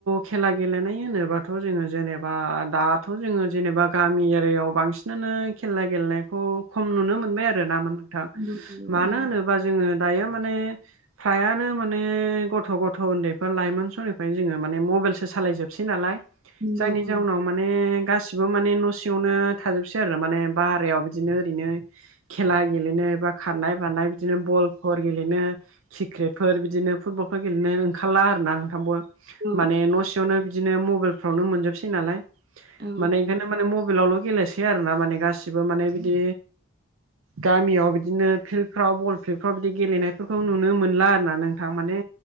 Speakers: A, on the right; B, on the right.
A: खेला गेलेनाय होनोबाथ' जोङो जेनेबा दा थ' जोङो जेनेबा गामि एरियायाव बांसिनानो खेला गेलेनायखौ खम नुनो मोनबाय आरो ना मोन थां
B: नंगौ
A: मानो
B: औ
A: होनो बा जोङो दायो माने प्रायानो माने गथ' गथ' उनदैफोर लाइमोन स निफ्राय जों म मबाइलसो सालायजोबसै नालाय
B: नंगौ
A: जायनि
B: औ
A: जाउनाव माने गासिबो माने न' सिङावनो थाजोबसै आरो माने बाहेरायाव बिदिनो ओरैनो खेला गेलेनो बा खारनाय बारनाय बिदिनो बलफोर गेलेनो किक्रेटफोर बिदिनो फुटबलफोर गेलेनो ओंखारला आर ना। <inaudible>
B: औ
A: माने न' सिङावनो बिदिनो मबाइलफ्रावनो मोनजोबसै नालाय
B: औ
A: माने ओंखायनो माने मबाइलावल' गेलेसै आरो ना माने गासिबो माने बिदि गामियाव बिदिनो फिल्डफ्राव बल फिल्डफ्राव बिदि गेलेनायफोरखौ नुनो मोनला आरोना नोंथां। माने